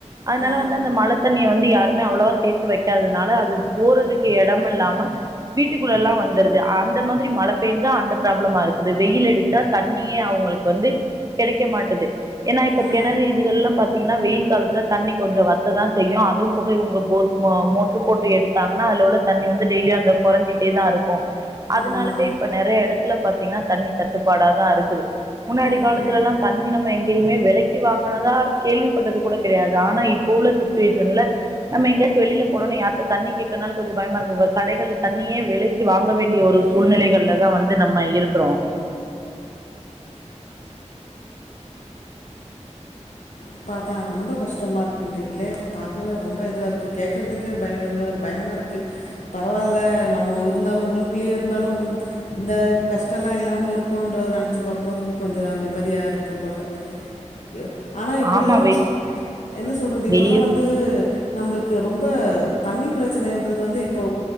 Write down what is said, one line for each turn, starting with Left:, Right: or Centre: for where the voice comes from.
Right: அதனால
Left: ஆ
Right: வந்து தண்ணிய வந்து யாருமே அவ்ளவா சேத்து வெக்காதுனால அது போறதுக்கு எடமில்லாம வீட்டுக்குள்ளல்லா வந்துருது அந்த மாதிரி மழ பெஞ்சா அந்த ப்ராப்ளமா இருக்குது வெயில் அடிச்சா தண்ணியே அவுங்குளுக் வந்து கெடைக்க மாட்டது ஏனா இப்ப
Left: ஆ
Right: கெணறு இதுகள்லா பாத்தீங்கனா வெயில் காலத்துல தண்ணி கொஞ்சோ வ த்ததா செய்யு அதுவும் போக இவுங்க போர் மோ மோட்ரு போட்டு எடுத்தாங்கனா அதுல உள்ள தண்ணி வந்து டெய்லியி அந்த கொறஞ்சிட் டேதா இருக்கு அதுனாலவே
Left: ஆமா
Right: இப்ப நறைய எடத்துல பாத்தீங்கனா தண்ணி தட்டுப்பாடாதா இருக்குது முன்னாடி
Left: ம்
Right: காலத்துலெல் லா தண்ணி நம்ம எங்கேயுமே வெலைக்கி வாங்கனதா கேள்விப்பட்டது கூட கெடையாது ஆனா இ ப்ப உள்ள சுச்வேஷன்ல நம்ம எங்கயாச்சு வெளில போனோனே யார்ட தண்ணி கேக்கனாலு கொஞ்ச பயமா இருக்குங்க கடைகள்ல தண்ணி ய விலைக்கு வாங்க வேண்டிய ஒரு சூழ்நிலைகள்லதா
Left: ம்
Right: வந்து நம்ம இருக்குறோ
Left: இப்ப அதா ரொம்ப கஷ்டமாருக்குன்றீங்ளே பாக்கவே ரொம்ப இதுவா இருக்கு கேக்கறதுக்கே பய இதுவ இரு பய மாருக்கு பரவால்ல நம்ம இருந்தாலு உள்ளுக்குள்ளியே இருந்தாலு வந்து இந்த கஷ்டல்லா இல் லாம இருக்கோன்றத நெனைச்சு பாக்கம்போது கொஞ்சோ நிம்மதியா இருக்கு போல ய ஆனா இப்பல்லா
Right: ஆமாம் வெ
Left: என்ன சொல்றது இப்பல்லா
Right: வெளியே
Left: வந்து நம்புளுக்கு ரொம்ப தண்ணி பிரச்சனைன்றது வந்து இப்போ